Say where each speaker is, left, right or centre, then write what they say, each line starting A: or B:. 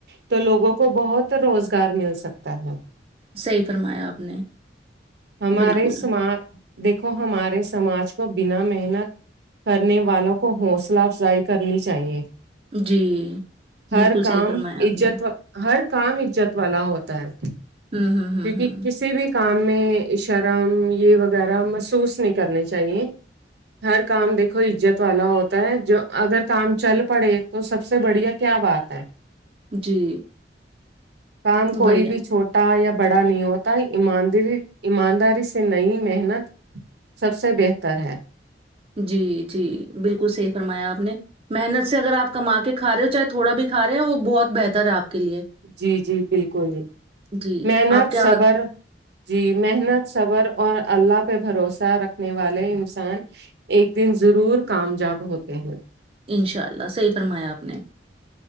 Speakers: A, on the right; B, on the right.
A: تو لوگوں کو بہت روزگار مل سکتا تھا
B: صحیح فرمایا آپ نے
A: ہمارے
B: بالکل
A: سما دیکھو ہمارے سماج کو بنا محنت کرنے والوں کو حوصلہ افزائی کرنی چاہیے
B: جی
A: ہر
B: بالکل
A: کام
B: صحیح فرمایا آپ
A: عزت
B: نے
A: ہر کام عزت والا ہوتا ہے
B: ہمم ہمم ہمم
A: کیونکہ
B: ہمم
A: کسی بھی کام میں شرم یہ وغیرہ محسوس نہیں کرنی چاہیے ہر کام دیکھو عزت والا ہوتا ہے جو اگر کام چل پڑے تو سب سے بڑھیا کیا بات ہے
B: جی،
A: کام کوئی
B: وہی
A: بھی چھوٹ ٹا یا بڑا نہیں ہوتا ایمانداری ایمانداری سے نئی محنت سب سے بہتر ہے
B: جی جی بالکل صحیح فرمایا آپ نے محنت سے اگر آپ کما کے کھا رہے ہو چاہے تھوڑا بھی کھا رہے ہو وہ بہت بہتر ہے آپ کے لیے
A: جی جی بالکل
B: جی،
A: محنت
B: آپ کیا
A: صبر جی محنت صبر اور اللہ پہ بھروسہ رکھنے والے انسان ایک دن ضرور کامجاب ہوتے ہیں
B: انشاء اللہ صحیح فرمایا آپ نے